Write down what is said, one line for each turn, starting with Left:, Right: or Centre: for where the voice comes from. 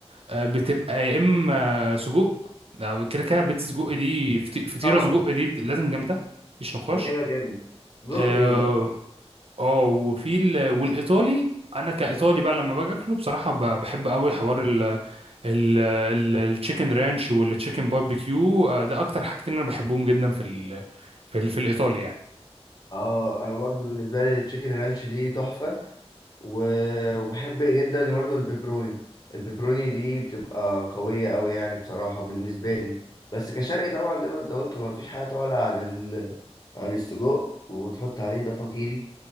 Right: آه، بتبقى يا اما سجق ده كده كده بيتزا سجق دي فطي- فطيره
Left: طبعا
Right: سجق دي بت- لازم جامده مفيش نقاش
Left: ده كده كده جو
Right: آه،
Left: إيه ده
Right: اه وفي ال... والايطالي انا كايطالي بقى لما باجي اكله بصراحه ب- بحب قوي حوار ال ال ال التشيكن رانش والتشيكن باربيكيو آه، ده اكتر حاجتين انا بحبهم جدا في ال في, ال في الايطالي يعني
Left: آه أنا برضو بالنسبة لي التشيكن رانش دي تحفة و- وبحب جدا برضه البيبروني البيبروني دي بتبقى قوية أوي يعني بصراحة بالنسبة لي بس كشرقي طبعا زي ما انت قلت مفيش حاجة تعلى عن ال... عن السجق وتحط عليه ده فقيري